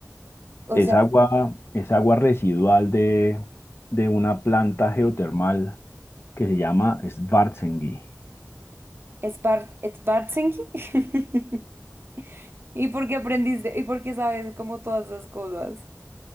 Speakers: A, on the right (about 45°); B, on the left (about 50°).
A: O
B: Es
A: sea,
B: agua, es agua residual de, de una planta geotermal que se llama Schwarzenegger.
A: Sbar- Sbartsenki. <laughs> ¿Y por qué aprendiste? ¿Y por qué sabes como todas esas cosas?